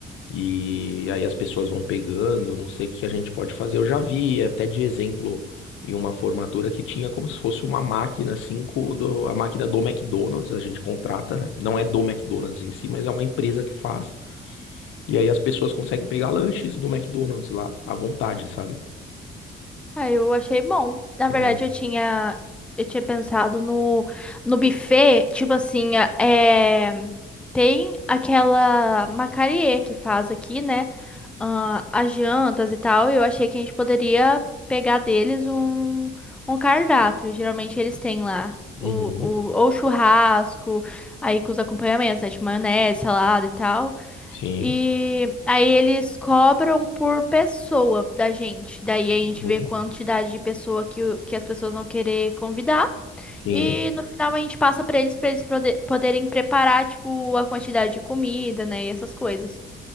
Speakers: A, on the left; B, in the centre.
A: E aí as pessoas vão pegando, não sei o que a gente pode fazer. Eu já vi até de exemplo em uma formatura que tinha como se fosse uma máquina, assim, co- do, a máquina do McDonald's, a gente contrata, né? Não é do McDonald's em si, mas é uma empresa que faz. E aí as pessoas conseguem pegar lanches do McDonald's lá, à vontade, sabe?
B: Ah, eu achei bom. Na
A: É.
B: verdade, eu tinha, eu tinha pensado no, no buffet, tipo assim, é, tem aquela Macarie que faz aqui, né? ah, as jantas e tal. e Eu achei que a gente poderia pegar deles um, um cardápio. Geralmente eles têm lá
A: Uhum,
B: o, o, ou churrasco, aí com os acompanhamentos, né? De maionese, salada e tal.
A: sim,
B: E aí eles cobram por pessoa da gente. Daí a gente
A: uhum,
B: vê quantidade de pessoa que, o- que as pessoas vão querer convidar.
A: sim.
B: E no final a gente passa pra eles pra eles prode- poderem preparar, tipo, a quantidade de comida, né? E essas coisas.